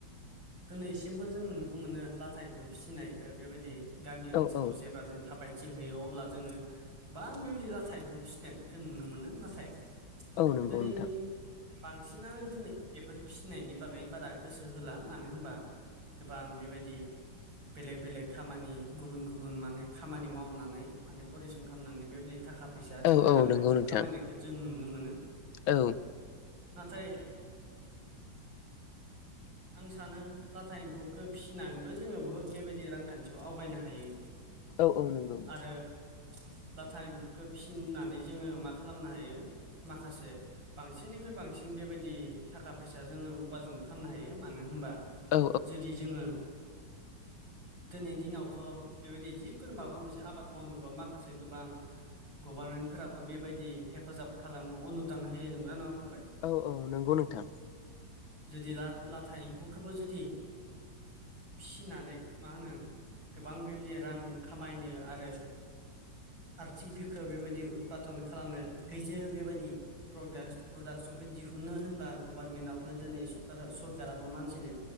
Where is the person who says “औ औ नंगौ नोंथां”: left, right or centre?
Left